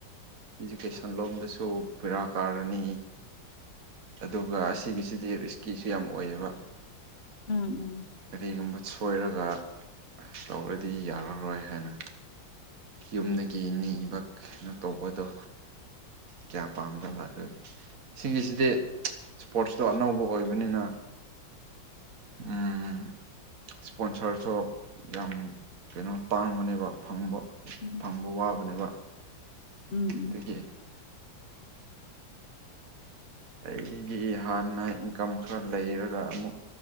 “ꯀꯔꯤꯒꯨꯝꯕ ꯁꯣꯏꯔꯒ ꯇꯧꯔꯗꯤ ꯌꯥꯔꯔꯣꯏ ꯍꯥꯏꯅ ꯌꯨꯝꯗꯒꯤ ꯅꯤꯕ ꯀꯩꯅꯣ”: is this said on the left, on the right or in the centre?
Right